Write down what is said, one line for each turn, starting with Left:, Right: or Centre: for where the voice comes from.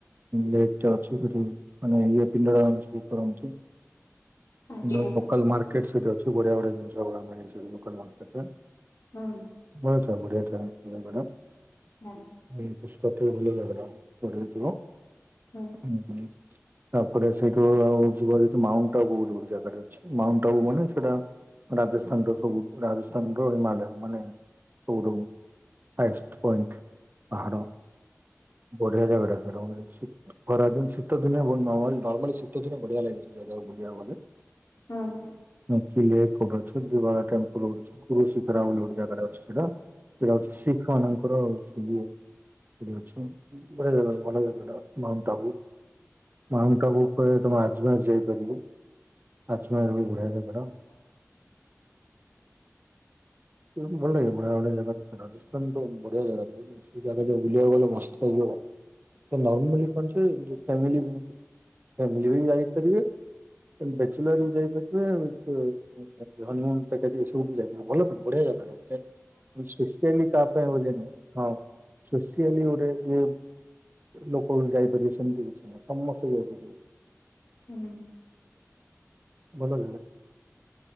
Right: ଲେଟେ ଟା ଅଛି ସେଠି ମାନେ ଇଏ ପିଲା ଆମେ ସବୁ କରନ୍ତି
Left: ଆଚ୍ଛା
Right: ବହୁ ଲୋକାଲ ମାର୍କେ ସଇଟି ସେଇଟି ଅଛି ବଢିଆ ବଢିଆ ଜିନିଷ ସବୁ ଲୋକାଲ ମାର୍କେଟରେ।
Left: ହୁଁ।
Right: <inaudible>
Left: ହୁଁ।
Right: ହଁ ପୁଷ୍କର ଟେ ଭଲ ଜାଗାଟେ ବଢିଆ ଥିବ।
Left: ହୁଁ।
Right: ହୁଁ ହୁଁ। ତାପରେ ସେଇଠୁ ଆଉ ଯିବା ମାଉଣ୍ଟ ଆବୁ ବୋଲି ଗୋଟେ ଜାଗାରେ ଅଛି ମାଉଣ୍ଟ ଆବୁ ମାନେ ସେଇଟା ରାଜସ୍ଥାନ ର ସବୁ ରାଜ ସମ୍ରୋ ହି ମାଳୟ ମାନେ ଟୁଡ଼ୁ ହାଇଏଷ୍ଟେ ପଏଣ୍ଟେ। ପାହାଡ଼ ବଢିଆ ଜାଗାଟା ଡାଉନୁରେ ଅଛି। ଖଦିନ ଶୀତ ଦିନେ ନର୍ମୀ ଶୀତ ଦିନେ ବଢିଆ ଲାଗେ ସେ ଜାଗାକୁ ବୁଲିବାକୁ ଗଲେ।
Left: ହୁଁ ହୁଁ।
Right: ମି ଲେକ୍ ଗୋଟେ ଅଛି ବିରଳା ଟେମ୍ପୁଲ ଆଛି ଗୁରୁ ଶିଖରା ବୋଲିଗୋଟେ ଜାଗାଟେ ଅଛି ସେଠି। ସେଟା ଶିଖ ମାନଙ୍କର ଆଉ ସବୁ ସେଇଟି ଅଛି ବଢିଆ ଜାଗା ଭଲ ଜାଗାଟା ମାଉଣ୍ଟୁ ଆବୁ। ମାଉଣ୍ଟୁ ଆବୁ କହିଲେ ତମେ ଆଜମେର ଯାଇପାରିବ ଆଛା। <inaudible> ଦୁରୁକୁ ଭଲଲାଗେ ବଢିଆ ବଢିଆ ଜାଗା ସେରା। ପାକିସ୍ତାନ ତ ବଢିଆ ଜାଗା ସେ ଜାଗା ଯେ ବୁଲିବାକୁ ଗଲେ ମସ୍ତ ହେଇଯିବତ ନର୍ମାଲି ପଛେ ଯେ ଫାମିଲୀ ଫାମିଲୀବି ଯାଇପାରିବେ। ବ୍ୟାଚଲର ବି ଯାଇପାରିବେ ଏଥିରେ ହନୀମୁନୁ ପ୍ୟାକେଜ୍ ଏସବୁ ଯାଇପାରିବେ। ଭଲତ ବଢିଆ ଜାଗାଟା ମୁଁ ସ୍ପେଶିଆଲି କା ପାଇଁ ଓରି ନୁ ହେଁ। ସ୍ପେସ୍ୟଲି ଗୋଟେ ଇଏ ଲୋକ ବି ଯାଇପାରିବେ ସେମିତି କିଛି ନାହିଁ ସମସ୍ତେ ଯାଇପାରିବେ।
Left: ହୁଁ।
Right: ଭଲ